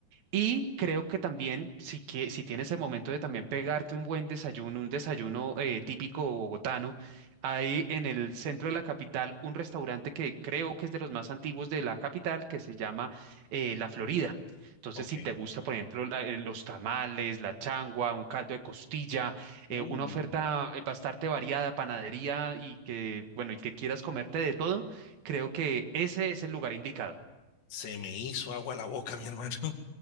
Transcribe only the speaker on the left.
Ok.
Uh,
se me hizo agua la boca, mi hermano.